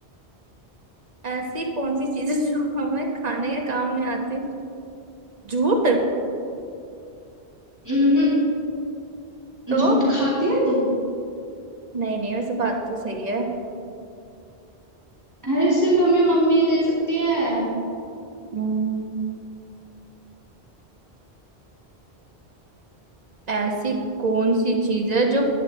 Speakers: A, on the right; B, on the right.
A: ऐसी कौन सी चीजें जो हमें खाने के काम नहीं आती झूठ
B: हम्म
A: तो
B: झूठ खाती है तू
A: नहीं नहीं वैसे बात तो सही है
B: अरे सिर्फ हमें मम्मी ही दे सकती है
A: हम्म, ऐसी कौन सी चीज है जो